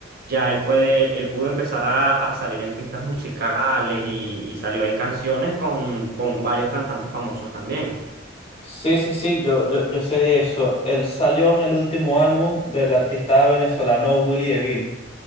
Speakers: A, on the right; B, on the left.
A: ya él puede, él pudo empezar a, a salir en pistas musicales y, y salió en canciones con, con varios cantantes famosos también.
B: Sí, sí, sí, yo, yo, yo sé de eso. Él salió en el último álbum del artista venezolano Willy DeVille.